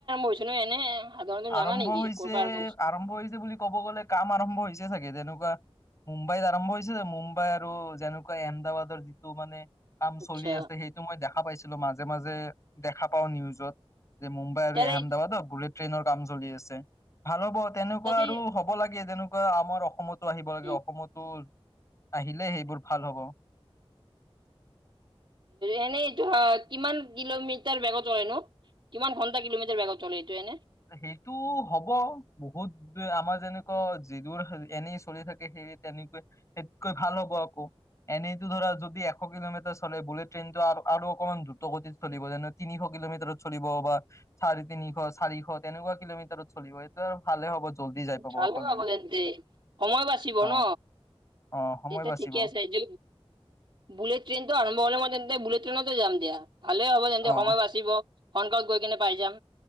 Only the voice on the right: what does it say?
হৈছে ন এনে সাধাৰণতে তুমি
জানা নেকি
ক'ৰ পৰা হৈছে?
আচ্ছা
তাৰে
তাতে
উম,
এনেই এইটো কিমান কিলোমিটাৰ বেগত চলে নো কিমান ঘণ্টা কিলোমিটাৰ বোগত চলে এইটো এনে?
ভালে
হব তেন্তে সময় বাচিব
ন।
এইটো
ঠিকেই আছে যে বুলেট ট্ৰেইনটো আৰম্ভ হলে মই তেন তে বুলেট ট্ৰেইনতে যাম দিয়া ভালে হ'ব তেন্তে
সময় বাচিব সোনকালত গৈ কেনে পাই যাম।